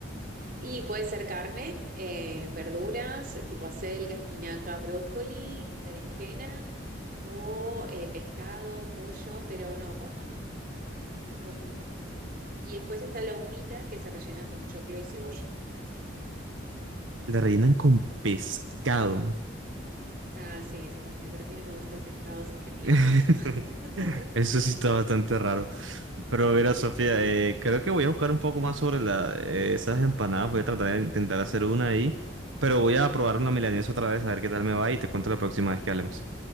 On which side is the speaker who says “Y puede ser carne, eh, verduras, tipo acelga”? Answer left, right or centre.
Right